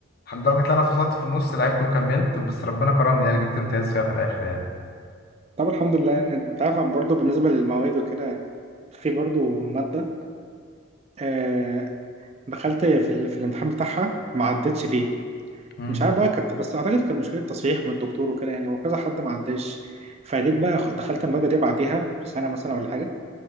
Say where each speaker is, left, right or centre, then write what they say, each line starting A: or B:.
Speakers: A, on the left (about 50°); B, on the right (about 30°).
A: لدرجه ان انا فصلت في النص لعبت وكملت بس ربنا كرمني يعني جبت امتياز فيها في الاخر يعني
B: طب الحمد لله انت عارف أنا برضه بالنسبة للمواد وكده في برضه مادة آه دخلت في, ال... في الامتحان بتاعها ما عدتش فيه
A: مم.
B: مش عارف بقى كانت بس أعتقد كان مشكلة تصحيح من الدكتور وكده يعني وكذا حد ما عداش فجيت بقى خ- دخلت المادة دي بعديها بسنة مثلا ولا حاجة